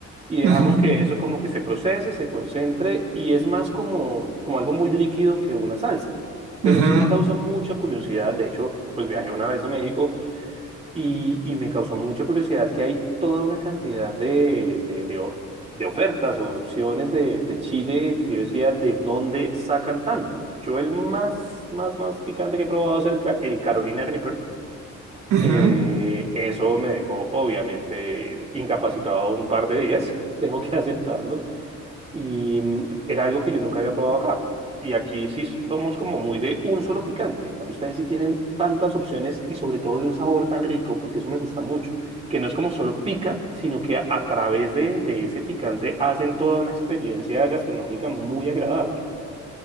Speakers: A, on the right; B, on the right.
A: y dejamos
B: Ujú,
A: que eso como que se procese, se concentre y es más como, como algo muy líquido que una salsa. Pero
B: ujú,
A: sí me causa mucha curiosidad. De hecho, pues viajé una vez a México y, y me causó mucha curiosidad que hay toda una cantidad de, de, de o- de ofertas o de opciones de, de Chile que yo decía, ¿de dónde sacan tanto? Yo el más, más, más picante que he probado es el, ca- el Carolina Reaper.
B: ujú.
A: Eh, eso me dejó obviamente incapacitado un par de días, <laughs> tengo que aceptarlo. Y mm, era algo que yo nunca había probado acá. Y aquí sí somos como muy de un solo picante. En cambio, ustedes sí tienen tantas opciones y sobre todo de un sabor tan rico, porque eso me gusta mucho, que no es como solo pica, sino que a, a través de, de ese picante hacen toda una experiencia gastronómica muy agradable.